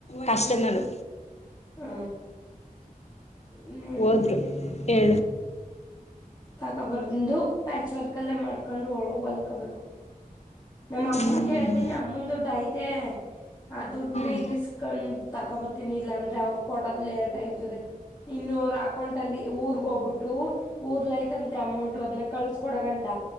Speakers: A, on the left; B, on the left.
A: ಕಸ್ಟಮರು
B: ಹ ಇನ್ನೇನು
A: ಹೋದ್ರು ಏ
B: ತಗೋಬರ್ಂದು ಪ್ಯಾಚ್ ವರ್ಕ್ ಅಲ್ಲೇ ಮಾಡ್ಕೊಂಡು ಹೊಲ್ಕೊಬೇಕು ನಮ್ಮ ಅಮ್ಮನ್
A: ಹ್ಮ್
B: ಕೇಳ್ತೀನಿ ಅಮ್ಮನ್ ದುಡ್ಡು ಐತೆ ಆ ದುಡ್ನೆ
A: ಹ್ಮ್
B: ಇಸ್ಕೊಂಡ್ ತಾಕಬತೀಿನಿ ಇಲ್ಲ ಅಂದ್ರೆ ಅವ್ರ ಕೊಡದ್ ಲೇಟ್ ಆಯ್ತದೆ ಇನ್ನೂರು ಅಕೌಂಟ್ ಅಲ್ಲಿ ಊರ್ಗ ಹೋಗ್ಬಿಟ್ಟು ಊರ್ಲೈತ ಂತೆ ಅಮೌಂಟ್ ಅದ್ ಕಳ್ಸ್ಕ ಕೊಡ ಗಂಟ